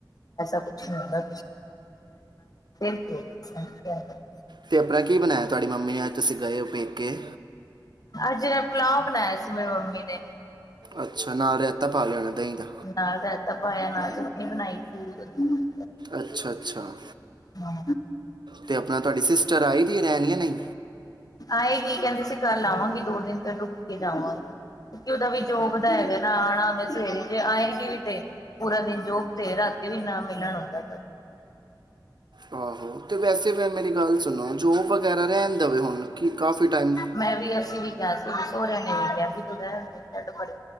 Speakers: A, on the left; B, on the right.
A: ਕੁਛ ਨੀ ਹੁੰਦਾ <unintelligible>
B: ਤੇ ਆਪਣਾ ਕੀ ਬਣਾਇਆ ਤੁਹਾਡੀ ਮੰਮੀ ਨੇ ਅੱਜ ਤੁਸੀਂ ਗਏ ਔ ਪੇਕੇ?
A: ਅੱਜ ਨੇ ਪੁਲਾਓ ਬਣਾਇਆ ਸੀ ਮੇਰੀ ਮੰਮੀ ਨੇ,
B: ਅੱਛਾ ਨਾਲ ਰੇਤਾ ਪਾ ਲੈਣਾ ਦਹੀਂ ਦਾ,
A: ਨਾਲ ਰਾਇਤਾ ਪਾਇਆ ਨਾਲ ਚਟਨੀ ਬਣਾਈ ਸੀ।
B: ਅੱਛਾ ਅੱਛਾ
A: ਹਾਂ,
B: ਤੇ ਆਪਣਾ ਤੁਹਾਡੀ ਸਿਸਟਰ ਆਈ ਦੀ ਐ ਰਹਿਣ ਕੀ ਨਈ।
A: ਆਏਗੀ ਕਹਿੰਦੇ ਸੀ ਕੱਲ ਆਵਾਂਗੇ ਦੋ ਦਿਨ ਤੇ ਰੁਕ ਕੇ ਜਾਵਾਂਗੇ। ਕਿਉਂਕਿ ਉਹਦਾ ਵੀ ਜੋ ਵਧਾਏ ਜਾ ਨਾ ਆਣਾ ਉਹਨੇ ਸਵੇਰੇ ਜੇ ਆਏਗੀ ਵੀ ਤੇ ਪੂਰਾ ਦਿਨ ਜੋ ਤੇ ਰਾਤੀ ਵੀ ਨਾ ਮਿਲਣ ਆਦਾ
B: ਆਹੋ ਤੇ ਵੈਸੇੈਂ ਮੇਰੀ ਗੱਲ ਸੁਣੋ ਜੋਬ ਵਗੈਰਾ ਰਹਿਣ ਦੇਵੇ ਹੁਣ ਕਿ ਕਾਫੀ ਟਾਈਮ
A: ਮੈਂ ਵੀ ਅਸੀਂ ਵੀ ਕਿਹਾ ਸੀ ਵੀ ਸਹੁਰਿਆਂ ਨੇ ਵੀ ਕਿਹਾ ਵੀ ਤੂੰ ਰਹਿਣ ਦੇ ਛੱਡ ਪਰੇ।